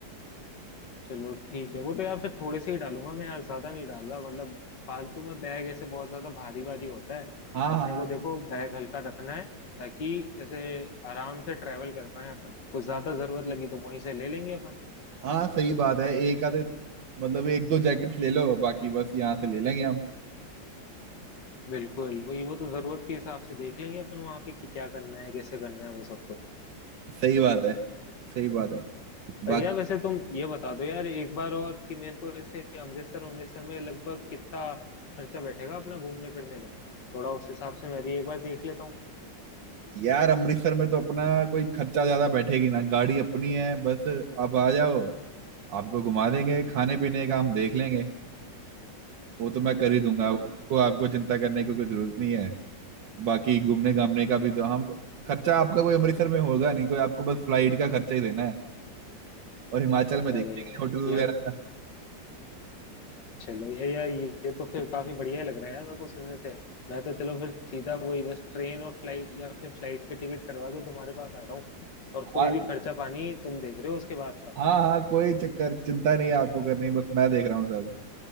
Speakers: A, on the left (about 70°); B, on the right (about 75°).
A: चलो ठीक है वो तो यार फिर थोड़े से ही डालूंगा मैं यार ज्यादा नहीं डाल रहा मतलब फालतू में बैग ऐसे बहुत ज्यादा भारी भारी होता है
B: हाँ
A: अपने
B: हाँ
A: को देखो बैग हल्का रखना है ताकि ऐसे आराम से ट्रेवल कर पाए अपन कुछ ज्यादा जरूरत लगी तो वहीं से ले लेंगे अपन
B: हाँ सही बात है एक आधे मतलब एक दो जैकेट्स ले लो बाकी बस यहाँ से ले लेंगे हम
A: बिल्कुल वही वो तो जरूरत के हिसाब से देख लेंगे अपन वहां पे कि क्या करना है कैसे करना है वो सब तो
B: सही बात है सही बात है बाकी
A: पर यार वैसे तुम ये बता दो यार एक बार और कि मेरे को ऐसे अमृतसर अमृतसर में लगभग कितना खर्चा बैठेगा अपना घूमने फिरने का थोड़ा उस हिसाब से मैं भी एक बार देख लेता हूँ
B: यार अमृतसर में तो अपना कोई खर्चा ज्यादा बैठेगी ना गाड़ी अपनी है बस आप आ जाओ आपको घुमा देंगे खाने पीने का हम देख लेंगे वो तो मैं कर ही दूंगा
A: अरे
B: वो- उसको आपको चिंता करने की कोई जरूरत नहीं है बाकी घूमने घामने का भी तो हम खर्चा आपका कोई अमृतसर में होगा नहीं कोई आपको बस फ्लाइट का खर्चा ही देना है और हिमाचल में
A: अरे
B: देख लेंगे होटल
A: यार
B: वगैरह का
A: चलो यार यार ये ये तो फिर काफी बढ़िया लग रहा है यार मेरे को सुनने से मैं तो चलो फिर सीधा वही बस ट्रेन और फ्लाइट या फिर फ्लाइट के टिकट करवा के तुम्हारे पास आ रहा हूँ और कोई
B: आ-
A: भी खर्चा पानी तुम देख रहे हो उसके बाद का
B: हाँ हाँ कोई चक्कर चिंता नहीं है आपको करनी बस मैं देख रहा हूँ सब